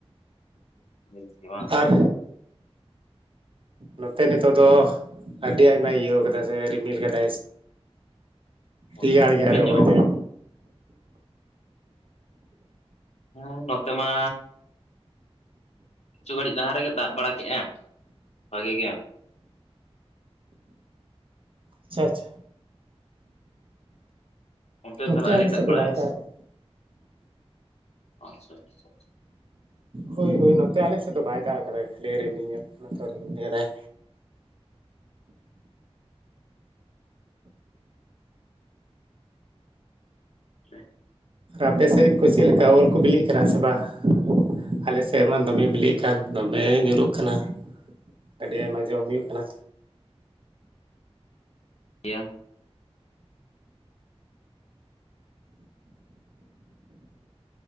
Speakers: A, on the left; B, on the right.
A: ᱵᱮᱥ ᱜᱮ ᱵᱟᱝ
B: ᱟᱨ ᱱᱚᱛᱮ ᱱᱤᱛᱚᱜ ᱫᱚ ᱟᱹᱰᱤ ᱟᱭᱢᱟᱭ ᱤᱭᱟᱹ ᱠᱟᱫᱟᱭ ᱥᱮ ᱨᱤᱢᱤᱞ ᱠᱟᱫᱟᱭ᱾
A: ᱚ,
B: ᱨᱮᱭᱟᱲ ᱮᱭᱟᱲ
A: ᱨᱤᱢᱤᱞ ᱧᱚᱜ
B: ᱦᱚᱭ
A: ᱟᱠᱟᱜᱼᱟ
B: ᱫᱟᱭ
A: ᱦᱚᱸ ᱱᱚᱛᱮ ᱢᱟ ᱪᱷᱩ ᱜᱷᱟᱹᱲᱤᱡ ᱞᱟᱦᱟ ᱨᱮᱜᱮ ᱫᱟᱜ ᱵᱟᱲᱟ ᱠᱮᱜ-ᱟᱭ ᱵᱷᱟᱜᱤ ᱜᱮ᱾
B: ᱟᱪᱪᱷᱟ ᱟᱪᱪᱷᱟ᱾
A: ᱚᱱᱛᱮ
B: ᱱᱚᱛᱮ
A: ᱛᱟᱦᱞᱮ ᱟᱣᱹᱨᱤ
B: ᱟᱞᱮ
A: ᱫᱟᱜ
B: ᱥᱮᱫ
A: ᱵᱟᱲᱟᱭᱟ᱾
B: ᱫᱚ ᱵᱟᱭ ᱠᱟᱫᱟ
A: ᱟᱪᱪᱷᱟ ᱟᱪᱪᱷᱟ,
B: ᱦᱳᱭ ᱦᱳᱭ ᱱᱚᱛᱮ ᱟᱞᱮᱥᱮᱜ ᱫᱚ ᱵᱟᱭ ᱫᱟᱜ ᱠᱟᱫᱟᱭ ᱠᱷᱟᱹᱞᱤ ᱨᱤᱢᱤᱞ ᱧᱮᱞᱚᱜ ᱠᱟᱱᱟ ᱛᱚ ᱨᱤᱢᱤᱞ ᱠᱟᱫᱟᱭ᱾
A: <unintelligible>
B: ᱟᱯᱮ ᱥᱮᱜ ᱠᱚ ᱪᱮᱫ ᱞᱮᱠᱟ ᱩᱞ ᱠᱚ ᱵᱤᱞᱤ- ᱠᱟᱱᱟ ᱥᱮ ᱵᱟᱝ ᱟᱞᱮ ᱥᱮᱜ ‌ᱢᱟ ᱫᱚᱢᱮ ᱢᱤᱞᱤᱜ ᱠᱟᱱ ᱫᱚᱢᱮ ᱧᱩᱨᱩᱜ ᱠᱟᱱᱟ᱾ ᱟᱹᱰᱤ ᱟᱭᱢᱟ ᱡᱚᱢ ᱦᱩᱭᱩᱜ ᱠᱟᱱᱟ᱾
A: <unintelligible>